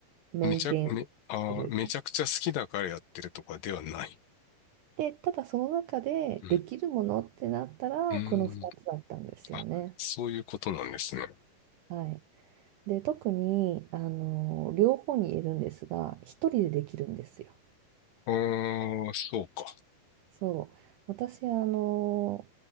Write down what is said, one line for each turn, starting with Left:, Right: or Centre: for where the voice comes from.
Right: メンテインしてる。
Left: あ、めちゃ、め、あー、めちゃくちゃ好きだからやってるとかではない。
Right: で、ただその中でできるものってなったら、
Left: うん。うーん。
Right: この2つだったんですよね。
Left: あ、そういうことなんですね。
Right: はい。で、特に、あの、両方に言えるんですが、一人でできるんですよ。
Left: ああ、そうか。
Right: そう。私、あの、